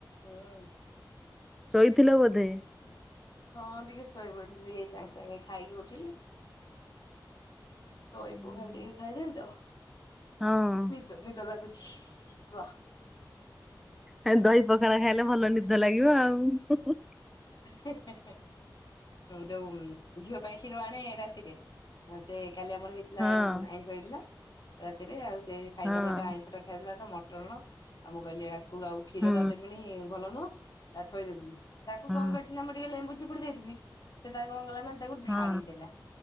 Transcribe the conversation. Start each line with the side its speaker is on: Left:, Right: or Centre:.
Left: ହୁଁ।
Centre: ଶୋଇଥିଲ ବୋଧେ।
Left: ହଁ, ଟିକେ ଶୋଇ ପଡିଥିଲି ଏଇ ସାଙ୍ଗେ ସାଙ୍ଗେ ଖାଇକି ଉଠିଲି। ଦହି
Centre: ହୁଁ
Left: ପଖାଳ
Centre: ହୁଁ।
Left: ଟିକେ ଖାଇ ଦେଲିତ।
Centre: ହଁ।
Left: ଦ ନିଦ ଲାଗୁଛି କୁହ।
Centre: ହେମତି ଦହି ପଖାଳ ଖାଇଲେ ଭଲ ନିଦ ଲାଗିବ ଆଉ ହୁଁ, ହୁଁ।
Left: ହେ ହେ ଯୋଉ ଝିଅ ପାଇଁ <unintelligible> କ୍ଷୀର ଆଣେ ରାତିରେ ସେ କାଲି ଆମର ହେଇଥିଲା
Centre: ହଁ
Left: ଯଉ ଆଇଁଷ ହେଇଥିଲା। ରାତିରେ ଆଉ ସେଇ ଖାଇଥାଆନ୍ତା
Centre: ହଁ
Left: ତ ଆଇଁଷ ଟା ଖାଇଦେଲା ତ ମଟନ ଆଉ ମୁ କହିଲି କହୁ ଆଉ କ୍ଷୀର
Centre: ହୁଁ
Left: ଟା ଦେବିନି ଭଲ ନୁହଁ ତା ଥୋଇ ଦେଇଥିଲି। ତାକୁ
Centre: ହୁଁ
Left: କଣ କରିଛିିନା ମୁଁ ଟିକେ ଲେମ୍ବୁ ଚିପୁଡ଼ି ଦେଇଥିଲି ସେ ତାର କଣ କଲା ନା ତାକୁ ଢାଳି
Centre: ହଁ
Left: ଦେଲା।